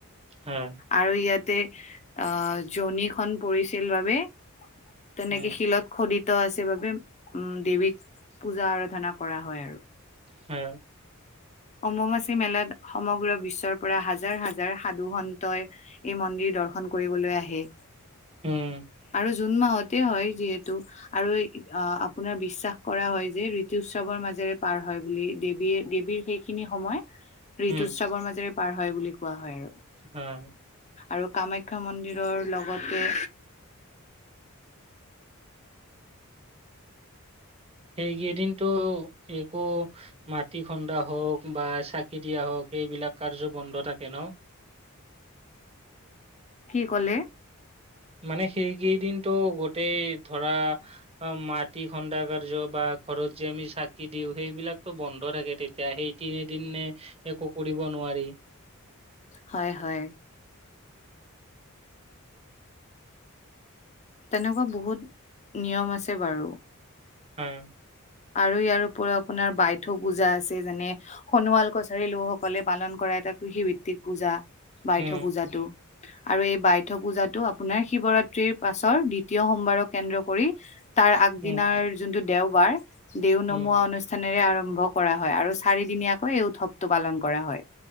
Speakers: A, on the right (about 25°); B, on the left (about 30°).
A: হয়।
B: আৰু ইয়াতে, আহ জনীখন পৰিছিল বাবে তেনেকে
A: উম,
B: শিলত খদিত আছে বাবেই, উম, দেৱীক পূজা আৰাধনা কৰা হয় আৰু।
A: হয়।
B: অম্ববাচী মেলাত সমগ্ৰ বিশ্বৰ পৰা হাজাৰ- হাজাৰ সাধু সন্তই এই মন্দিৰ দৰ্শন দৰ্শন কৰিবলৈ আহে,
A: উম,
B: আৰু জুন মাহতে হয় যিহেতু আৰু অ, আপোনাৰ বিশ্বাস কৰা হয় যে ঋতু উৎসৱৰ মাজেৰে পাৰ হয় বুলি দেৱীয়ে দেৱীৰ সেইখিনি সময়,
A: উম,
B: ঋতুসাৱৰ মাজেৰে পাৰ হয় বুলি কোৱা হয় আৰু।
A: হয়।
B: আৰু কামাখ্যা মন্দিৰৰ লগতে।
A: সেইকেইদিনতো, একো মাটি খন্দা হ'ওক বা চা কেতিয়া হ'ওক সেইবিলাক কাৰ্য বন্ধ থাকে ন।
B: কি ক'লে?
A: মানে সেইকেইদিনটো গোটেই ধৰা অ, মাটি খন্দা কাৰ্য বা ঘৰত যে আমি চাকি দিওঁ, সেইবিলাকতো বন্ধ থাকে তে সেয়াহে সেই তিনিদিনে একো কৰিব নোৱাৰি।
B: হয়, হয়। তেনেকুৱা বহুত নিয়ম আছে বাৰু।
A: হয়।
B: আৰু ইয়াৰ উপৰিও আপোনাৰ বাইথু পূজা আছে, যেন সোণোৱাল কছাৰী লোকসকলে পালন কৰা এটা কৃষিভিত্তিক পূজা বাইথ
A: উম
B: পূজাতটো। আৰু এই বাইথ পূজাটো আপোনাৰ শিৱৰাত্ৰিৰ পাছৰ দ্বিতীয় সোমবাৰক কেন্দ্ৰ কৰি। তাৰ আগদিনাৰ
A: উম
B: যোনটো দেওবাৰ, দেও
A: উম
B: নমোৱা অনুষ্ঠান অনুষ্ঠানেৰে আৰম্ভ কৰা হয়, আৰু চাৰিদিনীয়াকৈ এই উৎসৱটো পালন কৰা হয়।